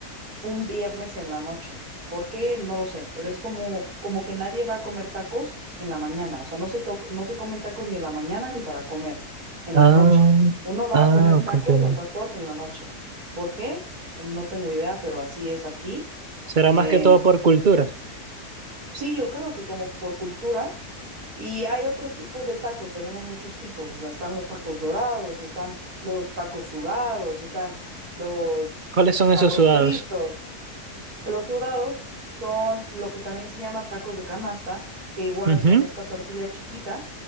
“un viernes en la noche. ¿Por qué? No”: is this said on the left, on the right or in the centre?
Right